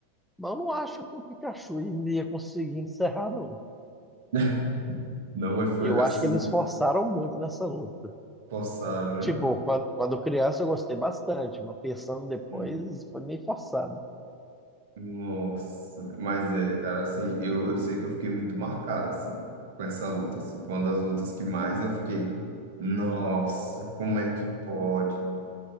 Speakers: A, in the centre; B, on the right (about 55°).
A: Mas eu não acho que o Pikachu ainda ia conseguir encerrar, não.
B: <laughs> não é- foi
A: Eu
B: assim,
A: acho que eles forçaram muito nessa luta.
B: forçado, né?
A: Tipo, quando, quando criança eu gostei bastante, mas pensando depois
B: Hum.
A: foi meio forçado.
B: Nossa, mas é, cara, assim, eu, eu sei que eu fiquei muito marcado, assim, com essa luta, assim, foi uma das lutas que mais eu fiquei, nossa, como é que pode?